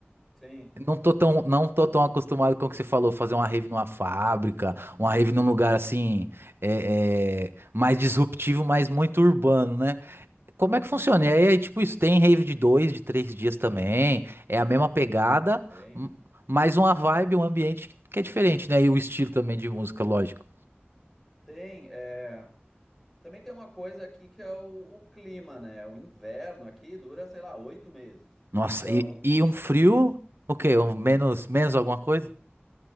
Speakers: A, in the centre; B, on the right.
A: Sim,
B: Não tô tão, não tô tão acostumado com o que você falou, fazer uma rave numa fábrica,
A: Hum,
B: uma rave num lugar assim, é,
A: sim,
B: é, mais disruptivo, mas muito urbano, né? Como é que funciona? E aí, é tipo, isso tem rave de dois, de três dias também. É a mesma pegada,
A: tem.
B: m- mas uma vibe, um ambiente que é diferente, né? E o estilo também de música, lógico.
A: Tem, é... Também tem uma coisa aqui que é o, o clima, né? O inverno aqui dura, sei lá, oito meses.
B: Nossa,
A: Então,
B: e, e um frio? O quê? Um menos, menos alguma coisa?